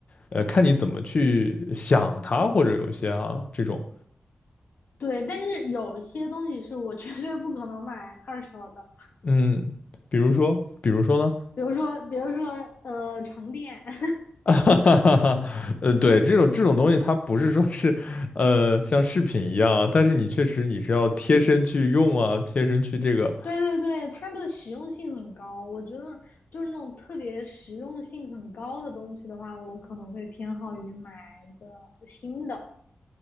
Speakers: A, on the left; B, on the left.
A: 呃，看你怎么去想它，或者有一些啊这种，
B: 对，但是有一些东西是我绝对不可能买二手的，
A: 嗯，比如说，比如说呢？
B: 比如说，比如说，呃，床垫，<laughs>
A: <laughs> 哈，哈哈哈，呃，对，这种这种东西，它不是说是，呃，像饰品一样啊，但是你确实你是要贴身去用啊，贴身去这个，
B: 对对对，它的实用性很高，我觉得就是那种特别实用性很高的东西的话，我可能会偏好于买一个新的，